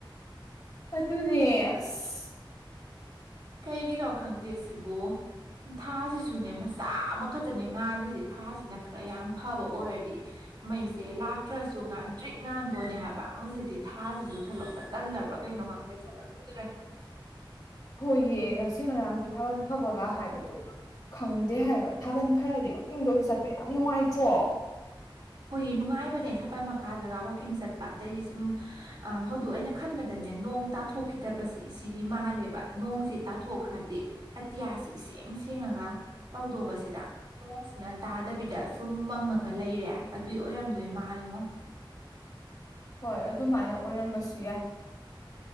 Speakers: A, on the left; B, on the right.
A: ꯑꯗꯨ ꯑꯗꯨꯅꯦ ꯑꯁ
B: ꯀꯩꯒꯤꯅꯣ ꯈꯪꯗꯦ ꯁꯤꯕꯨ ꯊꯥꯁꯤꯁꯨ ꯁꯨꯅꯦ ꯃꯆꯥ ꯑꯃ ꯈꯛꯇꯅꯦ ꯉꯥꯜꯂꯤꯁꯦ ꯊꯥꯁꯤꯅ ꯈꯔ ꯌꯥꯝ ꯐꯕ ꯑꯣꯏꯔꯗꯤ ꯃꯩꯁꯦ ꯂꯥꯛꯇ꯭ꯔꯁꯨ ꯉꯥꯟ ꯇ꯭ꯔꯤꯠ ꯉꯥꯟꯗꯣꯏꯅꯦ ꯍꯥꯏꯕ ꯍꯧꯖꯤꯛꯇꯤ ꯊꯥꯁꯤꯁꯨ ꯊꯣꯂꯛꯄ ꯇꯜꯂꯕ꯭ꯔꯥ ꯀꯩꯅꯣ ꯍꯪꯒꯦ ꯊꯣꯛꯂꯛꯈꯤꯗ꯭ꯔꯦ
A: ꯍꯣꯏꯌꯦꯒ ꯏꯁꯤꯡ ꯑꯔꯥꯡꯁꯦ ꯊꯥꯕꯜ ꯐꯕꯒ ꯍꯥꯏꯕꯗꯣ ꯈꯪꯗꯦ ꯍꯥꯏꯕ ꯊꯥꯕꯜ ꯐꯔꯗꯤ ꯋꯥꯛꯀꯤꯡꯗꯁꯨ ꯆꯠꯄ ꯌꯥꯝ ꯅꯨꯡꯉꯥꯏꯇ꯭ꯔꯣ
B: ꯍꯣꯏ ꯅꯨꯡꯉꯥꯏꯕꯅꯦ ꯊꯕꯜ ꯃꯈꯥꯗꯒ ꯋꯥꯛꯀꯤꯡ ꯆꯠꯄ ꯑꯗꯩꯗꯤ ꯁꯨꯝ ꯍꯧꯗꯛ ꯑꯩꯅ ꯈꯟꯕꯗꯅꯦ ꯅꯣꯡ ꯇꯥꯊꯣꯛꯈꯤꯗꯕꯁꯤ ꯁꯤꯒꯤ ꯃꯥꯜꯂꯦꯕ ꯅꯣꯡꯁꯤꯦ ꯇꯥꯊꯣꯛꯈ꯭ꯔꯗꯤ ꯑꯇꯤꯌꯥꯁꯤ ꯏꯁꯦꯡ ꯁꯦꯡꯉꯒ ꯇꯧꯗꯧꯕꯁꯤꯗ ꯅꯣꯡꯁꯤꯅ ꯇꯥꯗꯕꯤꯗ ꯁꯨꯝ ꯃꯪꯉ ꯈ ꯂꯩꯔꯦ ꯑꯗꯨꯏ ꯑꯣꯏꯔꯝꯗꯣꯏ ꯃꯥꯜꯂꯤꯉꯣ
A: ꯍꯣꯏ ꯑꯗꯨꯃꯥꯏꯅ ꯑꯣꯏꯔꯝꯕꯁꯨ ꯌꯥꯏ